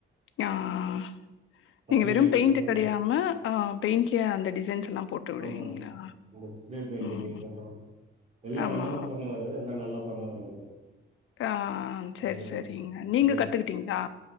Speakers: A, on the left; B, on the right.
A: ஆஹ்
B: பட்டியிலே
A: நீங்க வெறும் பெயிண்ட்
B: டிசைன் பண்ணு
A: கிடையாமஹ் பெயிண்ட்லய அந்த டிசைன்ஸ் எல்லாம் போட்டு விடுவீங்களா
B: ஆமா இந்த ஸ்ப்ரே பெிண்டங
A: ம்
B: இதெல்லாம் எல்லாம் எங்க
A: ஆமா
B: அண்ணா தா பண்ணுவாரு எல்லாம் நல்லா பண்ணுவரு அவரு
A: ஆ சரி
B: அந்த
A: சரிங்க நீங்க
B: இந்த
A: கத்துக்கிட்டீங்களா